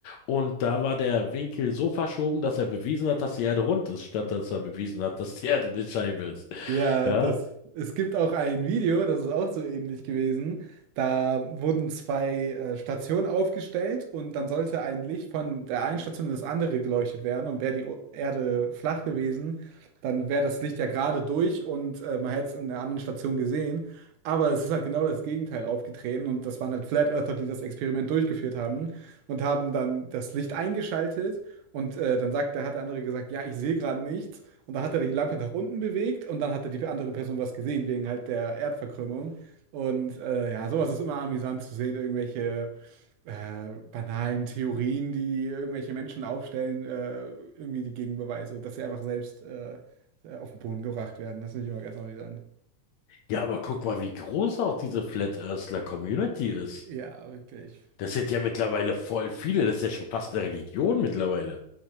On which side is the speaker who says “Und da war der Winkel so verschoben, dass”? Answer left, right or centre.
Left